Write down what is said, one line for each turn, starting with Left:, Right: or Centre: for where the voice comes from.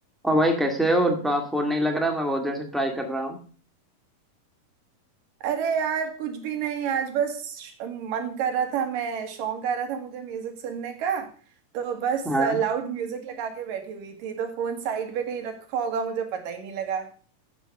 Centre: और भाई कैसे हो आप फोन नहीं लग रहा मैं बहुत देर से ट्राई कर रहा हूँ
Right: अरे यार कुछ भी नहीं आज बस श- मन कर रहा था मैं शौक आ रहा था मुझे म्यूजिक सुनने का तो बस
Centre: हाँ
Right: लाउड म्यूजिक लगा के बैठी हुई थी तो फोन साइड पे कहीं रखा होगा मुझे पता ही नहीं लगा